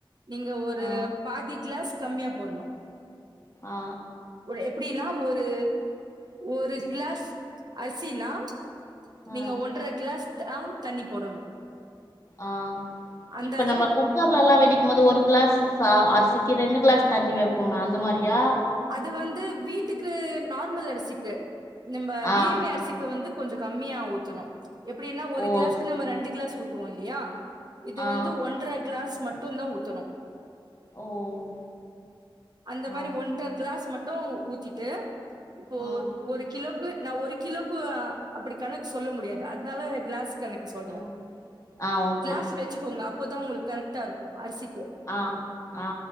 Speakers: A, on the right; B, on the left.
A: நீங்க ஒரு
B: ஆ
A: பாதி கிளாஸ் கம்மியா போட்ணு
B: ஆ
A: எப்டின்னா ஒரு ஒரு கிளாஸ் அரிசினா நீங்க
B: ஆ
A: ஒன்ற கிளாஸ் அஹ் தண்ணி போடணு
B: ஆ
A: அந்த
B: இப்ப
A: அளவுக்கு
B: நம்ம கு குக்கர்ல எல்லா வெடிக்கு போது ஒரு கிளாஸ் ச அரிசிக்கு ரெண்டு கிளாஸ் தண்ணி வெப்போம அந்த மாரியா
A: அது வந்து வீட்டுக்கு நார்மல் அரிசிக்கு நம்ப பிரியாணி
B: ஆ
A: அரிசிக்கு வந்து கொஞ்ச கம்மியா ஊத்தணு எப்டின்னா ஒரு
B: ஓ
A: கிளாஸ்க்கு
B: ஸ்
A: நம்ம ரெண்டு கிளாஸ் ஊத்துவோ இல்லையா இது
B: ஆ
A: வந்து ஒன்ர கிளாஸ் மட்டு தா ஊத்தணு
B: ஓ
A: அந்த
B: ஆ
A: மாரி ஒன்டர் கிளாஸ் மட்டு ஊத்திட்டு இப்போ
B: ம்
A: ஒரு கிலோக்கு நா ஒரு கிலோக்கு அப்டி கணக் சொல்ல முடியாது அத்னால கிளாஸ் கணக்கு சொல்ற
B: ம் ஆ ஓகே
A: கிளாஸ் வச்சுக்கோங்க அப்போதா உங்களுக்கு கரெக்ட்டா இருக்கு அரிசிக்கு
B: அ அ